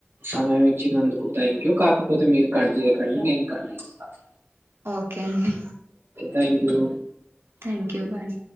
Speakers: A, on the right; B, on the right.
A: సమయం ఇచ్చినందుకు థ్యాంక్ ూ కాకపోతే మీరు కట్చేయకండి నేను కట్చేస్తాను
B: ఓకే అండి
A: thank you
B: thank you bye